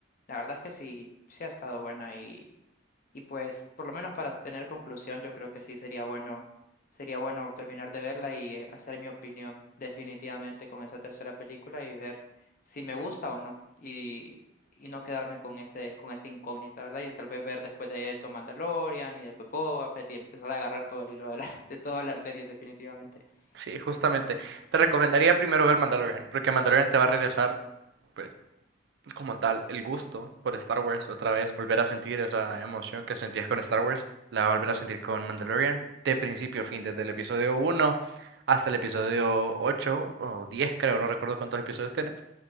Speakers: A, on the left; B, on the right.
A: la verdad es que sí, sí ha estado buena y pues, por lo menos para tener conclusión, yo creo que sí sería bueno, sería bueno terminar de verla y eh, hacer mi opinión definitivamente con esa tercera película y ver si me gusta o no. Y, y no quedarme con ese, con esa incógnita, ¿verdad? Y tal vez ver después de eso Mandalorian y después Boba Fett y empezar a agarrar todo el hilo de, la, <laughs> de todas las series definitivamente.
B: Sí, justamente.
A: Y-
B: Te recomendaría primero ver Mandalorian, porque Mandalorian te va a regresar, pues, como tal, el gusto por Star Wars otra vez, volver a sentir esa emoción que sentías con Star Wars, la vas a volver a sentir con Mandalorian, de principio a fin, desde el episodio uno hasta el episodio 8 o 10 creo, no recuerdo cuántos episodios tiene.